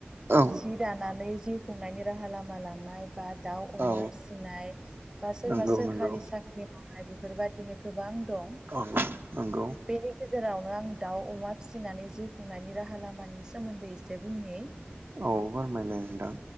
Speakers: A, on the right; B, on the right.
A: औ
B: सि दानानै जिउ खुंनायनि राहा लामा लानाय बा दाउ अमा
A: औ
B: फिसिनाय बा सोरबा
A: नंगौ
B: सोरखारि
A: नंगौ
B: साख्रि नि मावनाय बेफोरबायादिनो गोबां दं
A: औ नंगौ
B: बेनि गेजेरावनो आं दाउ अमा फिसिनानै जिउ खुंनायनि राहा लामानि सोमोन्दै एसे बुंनि
A: औ फोरमायलाय नोंथां